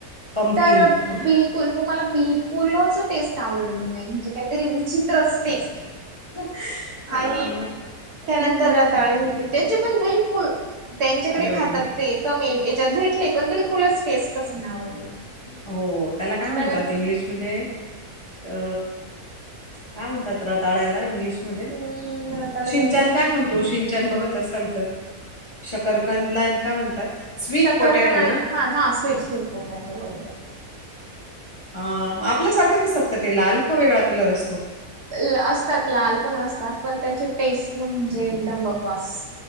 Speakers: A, on the left; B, on the right.
A: पंपकिन
B: तर
A: हा
B: बिलकुल, हो मला बिलकुलच टेस्ट आवडली नाही, म्हणजे कायतरी विचित्रच टेस्ट.
A: <unintelligible>
B: आणि
A: मग
B: त्यानंतर
A: हम्म
B: रताळे होते, त्याचे पण बिलकुल. त्यांच्याकडे
A: अरे
B: खातात
A: बापरे
B: ते, कमी हेच्यात भेटले पण बिलकुलच टेस्टच नाय आवडली.
A: हो, त्याला काय म्हणतात
B: त्यानंतर
A: इंग्लिशमध्ये? अ, काय म्हणतात रताळ्याला इंग्लिश? मध्ये,
B: हम्म रताळ्याला
A: शिनच्यान
B: नाही सांगता
A: काय म्हणतो. शिन बघत असाल तर, शकरकंदलान काय म्हणतात? स्वीट
B: शकर
A: पोटॅटो
B: का नाही, हा हा स्वीट, स्वीट पोटॅटो. बरोबर.
A: अ, आपल्यासारखेच असतात का ते लाल, का वेगळा कलर असतो?
B: ल, असतात लाल पण असतात, पण त्याची टेस्ट म्हणजे एकदम बकवास.